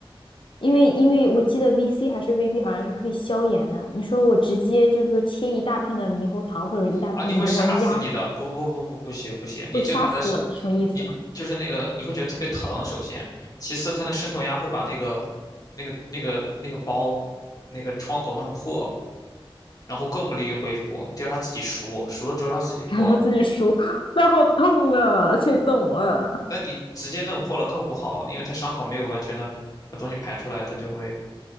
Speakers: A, on the left; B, on the left.
A: 因为因为我记得 VC 还是 VB 好像是可以消炎的。你说我直接就是说切一大片的猕猴桃或者一大片的柠檬压，
B: 啊，你会杀死你的，不不不不不行不行，你这把它是，
A: 会杀死我的，什么意思？
B: 你就是那个你会觉得特别疼，
A: <laughs>
B: 首先，其次它那渗透压会把那个，那个那个那个包，那个创口弄破，然后更不利于恢复，你得让它自己熟，熟了之后让它自己破，
A: 让他自己输，那好痛啊！谁懂啊？
B: 那你直接弄破了更不好，因为它伤口没有完全的把东西排出来，它就会